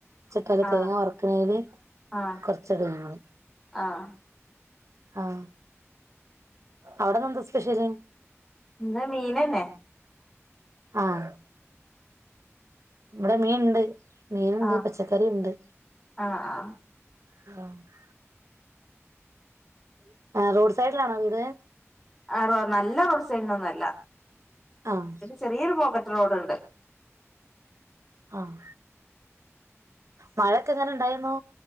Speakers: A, on the right (about 75°); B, in the centre.
A: <unintelligible> <unintelligible>
B: ആഹ്
A: തേങ്ങ വറക്കുന്നല്
B: ആഹ്
A: കൊറച്ചടങ്ങള്
B: ആഹ്
A: ആഹ് അവിടെന്നന്തോ സ്പെഷൽ
B: ഇന്ന് മീനന്നെ
A: ആഹ് ഇവിടെ മീൻണ്ട് മീനുണ്ട്,
B: ആഹ്
A: പച്ചക്കറി ഉണ്ട്
B: ആഹ് ആഹ്
A: <unintelligible> റോഡ് സൈഡിലാണോ വീട്
B: ആഹ് നല്ല റോഡ് സൈഡിനൊന്നുംല്ല
A: ആഹ്
B: ചെറിയൊരു <unintelligible> റോഡണ്ട്
A: ആഹ് മഴൊക്കെ എങ്ങനെ ഉണ്ടായിരുന്നു